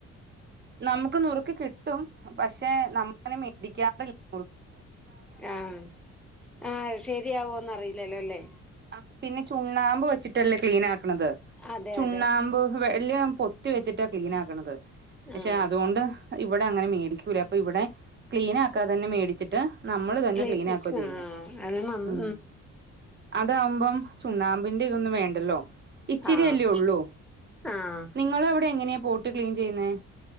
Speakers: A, on the right; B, in the centre.
A: നമുക്ക് നുറുകി കിട്ടും പക്ഷെ നമ്മനെ മേടിക്കാറില്ല നുറുക്കി-
B: ഏഹ് ആഹ് ശരിയാവോന്ന് അറിയില്ലല്ലോല്ലേ-
A: ആഹ് പിന്നെ ചുണ്ണാമ്പ് വെച്ചിട്ടല്ലേ ക്ലീൻ ആക്കണത്
B: അതെ
A: ചുണ്ണാമ്പ്
B: അതെ
A: വെള്ളിയ പൊത്തി വെച്ചിട്ടാ ക്ലീൻ ആക്കണത് പക്ഷെ
B: ആഹ്
A: അതുകൊണ്ട് ഇവിടെ അങ്ങനെ മേടിക്കൂലേ അപ്പൊ ഇവിടെ ക്ലീൻ ആക്കാതെ തന്നെ മേടിച്ചിട്ട് നമ്മള് തന്നെ
B: ആഹ്
A: ക്ലീന ആക്കോ ചെയ്യുന്ന
B: അത് നന്ന്
A: ഉം. അതാവുമ്പം ചുണ്ണാമ്പിന്റെ ഇതൊന്നും വേണ്ടല്ലോ ഇച്ചിരിയല്ലേ
B: ആഹ്
A: ഉള്ളൂ.
B: ആഹ്
A: നിങ്ങളെ അവിടെ എങ്ങനെയാ പോട്ട് ക്ലീൻ ചെയ്യുന്നെ?